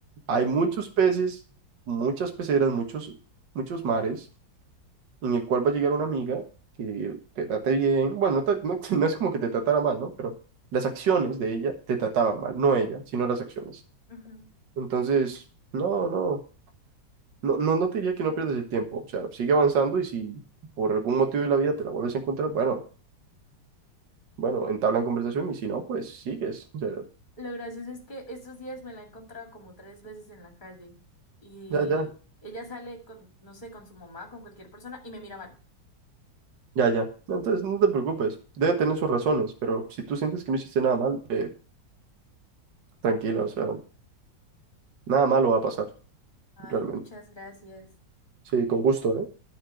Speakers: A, on the right; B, on the left.
A: Hay
B: Mm,
A: muchos peces, muchas peceras, muchos, muchos mares, en el cual va a llegar una amiga que te trate bien. Bueno, no, te- no- <laughs> no es como que te tratara mal, ¿no? Pero las acciones de ella te trataban mal, no ella, sino las acciones.
B: ujú.
A: Entonces, no, no, no, no, no te diría que no pierdas el tiempo. O sea, sigue avanzando y si por algún motivo de la vida te la vuelves a encontrar, bueno, bueno, entablan conversación y si no, pues sigues. O sea,
B: Lo gracioso es que estos días me la he encontrado como tres veces en la calle y
A: ya, ya.
B: ella sale con, no sé, con su mamá, con cualquier persona y me mira mal.
A: Ya, ya. No, Entonces no te preocupes. Debe tener sus razones, pero si tú sientes que no hiciste nada mal, eh, tranquila, o sea, nada malo va a pasar,
B: Ay,
A: realmente.
B: muchas gracias.
A: Sí, con gusto, ¿eh?